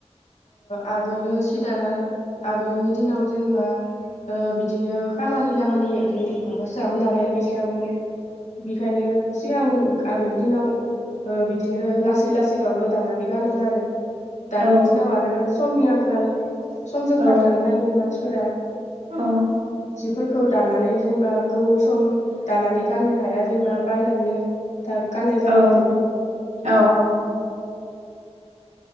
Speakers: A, on the left (about 85°); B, on the right (about 80°).
A: आगोलो सि दाना आगोलनि दिनाव जेनेबा बिदिनो खामानि दामानि ओरै माबासो जामोन नालाय गैसामोन बेखायनो सिगां आगोलनि दिनाव बिदिनो लासै लासैबाबो दानानै गानोमोन आरो दानि
B: औ
A: बिदिनाव आरो समनि आं खाल। समजों
B: औ
A: खारफानो नागिरो मान <unintelligible>
B: औ
A: फोरखौ दानानै जेनेबा गोबाव सम दानानै गाननो हाया जेनेबा बायनानैनो दा गाननाय
B: औ
A: जायो आरो
B: औ